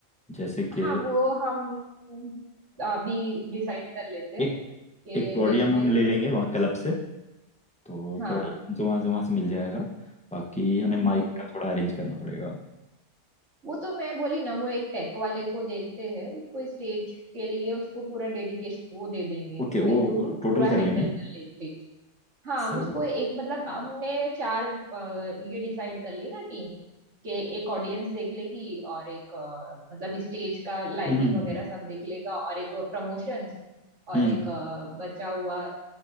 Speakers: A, in the centre; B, on the right (about 70°).
A: जैसे कि
B: हाँ वो हम अभी डिसाइड कर लेते हैं
A: एक
B: कि
A: एक पोडियम
B: जैसे
A: हम ले लेंगे वहाँ क्लब से तो
B: हाँ
A: पोडियम तो वहाँ से वहाँ से मिल जाएगा बाकी हमें माइक
B: हम्म
A: का थोड़ा अरेंज करना पड़ेगा
B: वो तो मैं बोली ना वो एक टेक वाले को देते हैं उसको स्टेज के लिए उसको पूरा डेडिकेशन वो दे देंगे
A: ओके
B: कि भाई
A: वो
B: तू
A: टोटल
B: पूरा
A: कर
B: हैंडल
A: लेंगे
B: कर ले हाँ
A: सही
B: उसको
A: है
B: एक मतलब हमने चार अ, ये डिसाइड कर ली ना टीम कि एक ऑडियंस देख लेगी और एक अ, मतलब स्टेज का लाइटिंग
A: हम्म हम्म
B: वगैरह सब देख लेगा और एक प्रमोशंस और
A: हम्म
B: एक अ, बचा हुआ